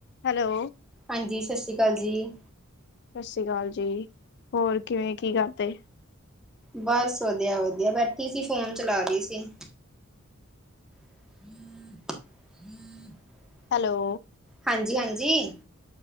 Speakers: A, on the left; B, in the centre.
A: ਹੈਲੋ।
B: ਹਾਂਜੀ, ਸਾਸਰੀ ਕਾਲ ਜੀ।
A: ਸਾਸਰੀ ਕਾਲ ਜੀ। ਹੋਰ, ਕਿਵੇਂ ਕੀ ਕਰਦੇ?
B: ਬਸ! ਵਧੀਆ, ਵਧੀਆ ਬੈਠੀ ਸੀ। ਫੋਨ ਚਲਾ ਰੀ ਸੀ। <inaudible>
A: ਹੈਲੋ।
B: ਹਾਂਜੀ, ਹਾਂਜੀ।